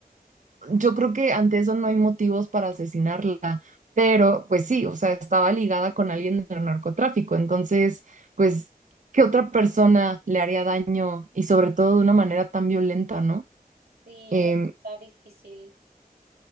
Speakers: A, on the right; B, on the right.
A: yo creo que ante eso no hay motivos para asesinarla, pero pues sí, o sea, estaba ligada con alguien del narcotráfico, entonces, pues, ¿qué otra persona le haría daño y sobre todo de una manera tan violenta, ¿no?
B: Sí,
A: Em,
B: no, está difícil.